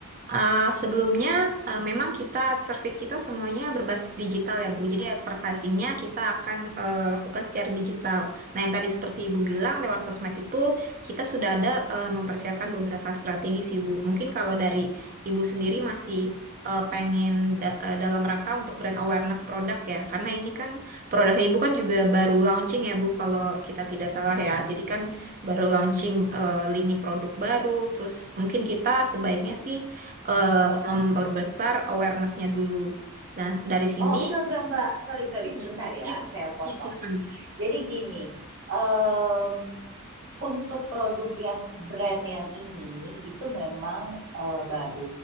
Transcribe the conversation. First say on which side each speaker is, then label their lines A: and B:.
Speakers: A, on the right; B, on the right.
A: Uh, sebelumnya uh, memang kita servis kita semuanya berbasis digital ya, Bu. Jadi advertisingnya kita akan uh, lakukan secara digital. Nah, yang tadi seperti Ibu bilang lewat sosmed itu kita sudah ada uh, mempersiapkan beberapa strategi sih, Bu. Mungkin kalau dari Ibu sendiri masih uh, pengen da- uh, dalam rangka untuk brand awareness produk ya, karena ini kan produk Ibu kan juga baru launching ya, Bu, kalau kita tidak salah ya. Jadi kan baru launching eh, lini produk baru, terus mungkin kita sebaiknya sih eh, memperbesar awarenessnya dulu. Dan dari sini,
B: Oh, enggak, enggak, Mbak. Sorry, sorry.
A: terus
B: Sebentar
A: gini.
B: ya,
A: Iya,
B: saya potong.
A: ya silakan.
B: Jadi gini, em, Untuk produk yang brand yang ini itu memang eh, baru.